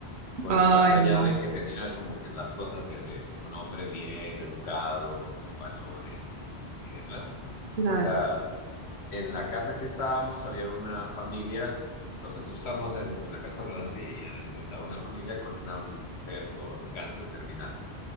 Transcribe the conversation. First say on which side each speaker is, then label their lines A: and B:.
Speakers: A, on the right (about 75°); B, on the left (about 80°).
A: <laughs>
B: porque
A: Ay,
B: más allá
A: no,
B: de que tenía como que las cosas de, de un hombre bien educado, con valores y, y demás,
A: claro,
B: o sea en la casa que estábamos había una familia, o sea, nosotros estábamos en, en la casa rodante y adentro estaba una familia con una mujer con cáncer terminal.